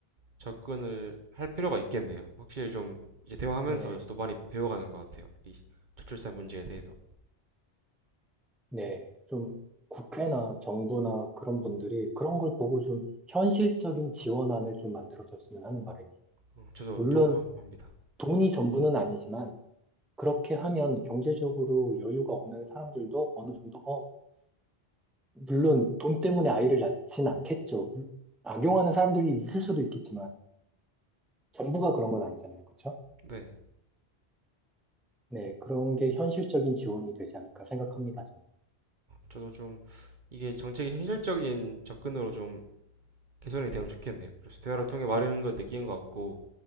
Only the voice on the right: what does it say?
접근을 할 필요가 있겠네요. 확실히 좀 이제 대화하면서
저도 많이 배워가는 것 같아요. 이 저출산 문제에 대해서.
어, 저도
동감합니다.
네.
저도 좀 이게 정책이 현실적인 접근으로 좀 개선이 되면 좋겠네요. 그래서 대화를 통해 말하는 걸 느낀 것 같고,